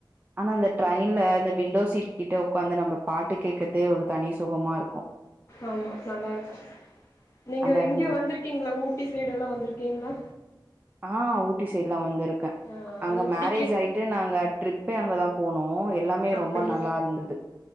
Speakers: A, on the right (about 20°); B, on the left (about 35°).
A: ஆனா இந்த ட்ரெயின்ல இந்த விண்டோ சீட் கிட்ட உக்காந்து நம்ம பாட்டு கேக்கறதே ஒரு தனி சுகமா இருக்கு
B: ஆமா நல்லா இருக்கு நீங்க
A: அந்த
B: இங்க
A: ம்
B: வந்ருக்கிங்ளா ஊட்டி சைடெல்லா வந்ருக்கிங்ளா
A: ஆஹ் ஊட்டி சைட்லா வந்துருக்கே
B: ஆ
A: அங்க
B: ஊட்டிக்கு
A: மேரேஜ் ஆயிட்டு நாங்க ட்ரிப் இப்பயு அங்கதா போனோ எல்லாமே
B: அப்டிங்
A: ரொம்ப நல்லா இருந்தது